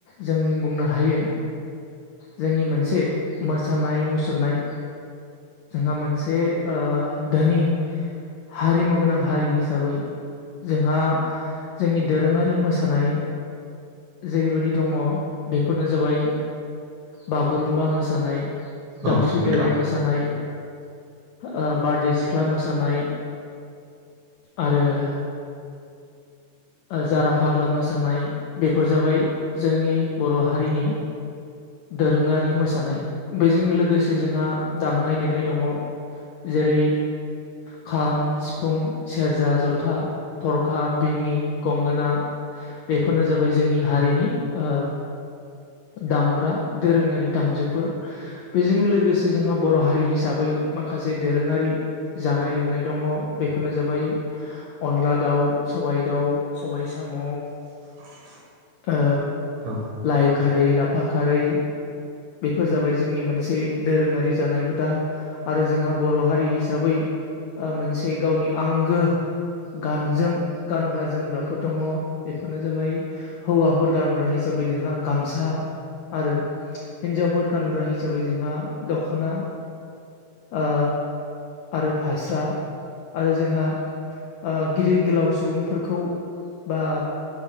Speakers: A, on the left; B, on the right.
A: जों बुंनो हायो। जोंनि मोनसे मोसानाय मुसुरनाय जोंहा मोनसे ओ धोनि हारिमु गोनां हारि हिसाबै जोंहा जोंनि दोरोङारि मोसानाय जेरैबायदि दङ बेफोरनो जाबाय बागुरुमबा मोसानाय
B: औ
A: दावस्रि
B: नोंथां
A: देलाय मोसानाय ओ बारदै सिख्ला मोसानाय आरो <inaudible> ओ जारा फाग्ला मोसानाय बे फोर जाबाय जोंनि बर' हारिनि दोरोङारि मोसानाय बेजों लोगोसे जोंहा दामनाय देनाय दङ। जेरै खाम, सिफुं, सेरजा, जथा, थरखा, बिंनि, गंगोना बेफोरनो जाबाय जोंनि हारिनि ओ दामग्रा दोरोङारि दामजुफोर। बेजोंनो लोगोसे जोंहा बर' हारि हिसाबै माखासे दोरोङारि जानाय लोंनाय दङ बेफोरनो जाबाय अनला दाउ सबाय दाउ सबाय साम'
B: <inaudible>
A: ओ
B: औ
A: लाइ खारै, लाफा खारै बेफोर जाबाय जोंनि मोनसे दोरोङारि जानाय हुदा आरो जोंहा बर' हारि हिसाबै ओ मोनसे गावनि आंगो गानजोम गानग्रा जोमग्राफोर दङ बेफोरनो जाबाय हौवाफोर गानग्रा हिसाबै जोंहा गामसा आरो हिन्जावफोर गानग्रा हिसाबै जोंहा दखना ओ आरो फास्रा आरो जोंहा ओ गिदिर गोलाव सुबुंफोरखौ बा